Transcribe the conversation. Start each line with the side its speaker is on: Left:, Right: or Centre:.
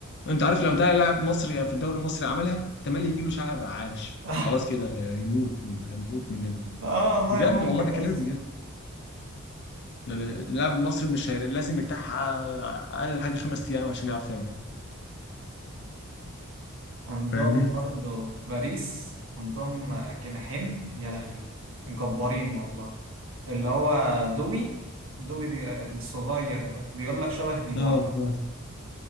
Left: انت عارف لو ده لاعب مصري في الدوري المصري عملها احتمال يجي له شلل رعاش
Right: <laughs>
Left: خلاص كده يموت يموت مننا
Right: اه والله
Left: بجد
Right: ممكن
Left: والله بكلمك
Right: اصلا
Left: بجد يعني اللاعب المصري مش هي... لازم يرتاح اقل حاجه خمس ايام عشان يعرف يلعب
Right: عندهم
Left: فاهمني؟
Right: برضو في باريس عندهم آه، جناحين يا لهوي جبارين والله اللي هو دوي دوي دي آه، الصغير ده بيقول لك شبه نيمار
Left: اه
Right: حرفيا
Left: اه